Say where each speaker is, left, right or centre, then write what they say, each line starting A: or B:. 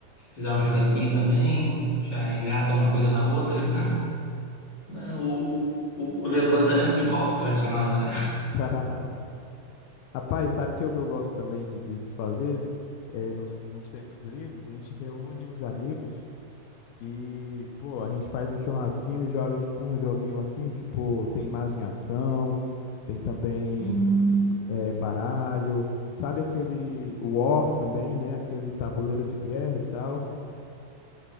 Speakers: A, on the left; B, on the left.
A: Quiser um churrasquinho também, já engata uma coisa na outra. <laughs> Não, O, o o levantamento de copo tradicional, né?
B: <laughs> Rapaz, sabe o que eu, que eu gosto também de, de, de fazer? É, nos, nos tempos livres, a gente reúne os amigos. E, pô, a gente faz um churrasquinho e joga tipo um joguinho assim, tipo, tem imaginação, tem também
A: <laughs>
B: é, baralho, sabe aquele War também, né? Aquele tabuleiro de guerra e tal. <laughs>